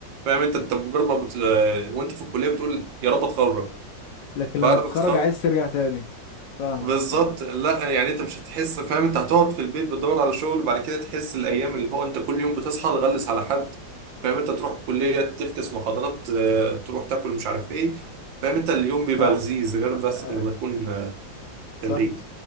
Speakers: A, on the right; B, on the left.
A: فاهم أنت أنت مجرد ما بت... آه، وأنت في الكلية بتقول يا رب أتخرج
B: لكن لما
A: بعد
B: تتخرج
A: ما تتخرج
B: عايز ترجع تاني فاهمك
A: بالظبط
B: أنا-
A: لا يعني أنت مش هتحس فاهم أنت هتقعد في البيت بتدور على شغل وبعد كده تحس الأيام اللي هو أنت كل يوم بتصحى تغلس على حد فاهم أنت تروح الكلية تفكس محاضرات آه، تروح تاكل مش عارف إيه فاهم أنت اليوم بيبقى
B: صح
A: لذيذ غير بس
B: آه،
A: لما تكون آه،
B: صح
A: خريج